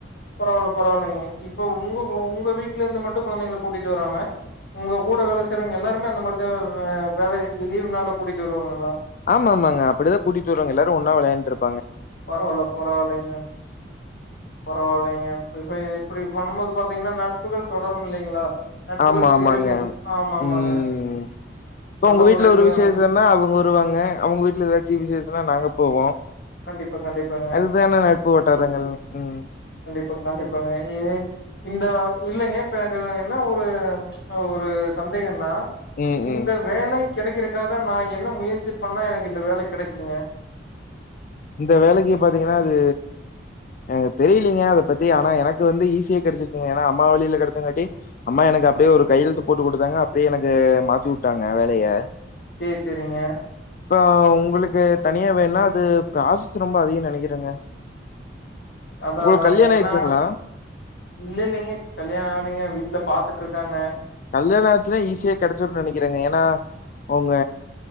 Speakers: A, on the left; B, on the left.
A: பரவால்ல பரவால்லைங்க இப்ப உங்க உங்க வீட்டுல இருந்து மட் டு குழந்தைகள கூட்டிட்டு வராம உங்க கூட வேல செய்றவங்க எல்லாருமே அந்த மாரிதா வே லீவ் நாள்ல கூட்டிட்டு வருவாங்களா
B: ஆமா ஆமாங்க அப்படிதா கூட்டிட்டுவருவாங்க எல்லாரு ஒன்னா விளையாண்டுருப்
A: பரவால்ல பரவால்லைங்க பரவால்லைங்க இப்ப எப்படி பண்ணும்போது பாத்தீங்கன்னா நட்புகள் தொடரும் இல்லைங்களா நட்புகள்
B: ஆமா ஆமாங்க
A: பெருகும் ஆமா ஆமாங்க
B: ம் இப்ப
A: நல்ல
B: உங்க வீட்டுல
A: இதுதாங்க
B: ஒரு விசேஷன்னா அவங்க வருவாங்க அவங்க வீட்டுல ஏதாச்சு விசேஷ னா நாங்க போவோம்
A: கண்டிப்பா கண்டிப்பாங்க
B: அதுதானே நட்பு வட்டாரங்கள் ம்
A: பா கண்டிப்பாங்க ஏ இந்த இல்லைங்க இப்ப எனக்கு என்ன ஒரு ஒரு சந்தேகம்னா
B: ம்
A: இந்த
B: ம்
A: வேலை கெடைக்கறக்காக நா என்ன முயற்சி பண்ணா எனக்கு இந்த வேலை கெடைக்குங்க
B: இந்த வேலைக்கு பாத்தீங்கன்னா அது எனக்கு தெரியலீங்க அத பத்தி ஆனா எனக்கு வந்து ஈஸியா கெடச்சிருச்சுங்க ஏன்னா அம்மா வழியில கெடச்சங்காட்டி அம்மா எனக்கு அப்படியே ஒரு கையெழுத்து போட்டு கொடுத்தாங்க அப்படியே எனக்கு மாத்தி வுட்டாங்க வேலைய
A: சேரி சேரிங்க
B: இப்ப உங்களுக்கு தனியா வேணுனா அது ப்ராசஸ் ரொம்ப அதிகோன் நெனைக்கிறேங்க
A: அதா
B: உங்களுக்கு
A: அதாங்க
B: கல்யாணோ ஆயிடுச்சுங்களா
A: ஏன்னா இல்லல்லைங்க கல்யாணம் ஆகலைங்க வீ ட்ல பாத்துட்ருக்காங்க
B: கல்யாணம் ஆச்சுனா ஈஸியா கெடச்சுருன் நெனைக்கிறேங்க ஏன்னா அவுங்க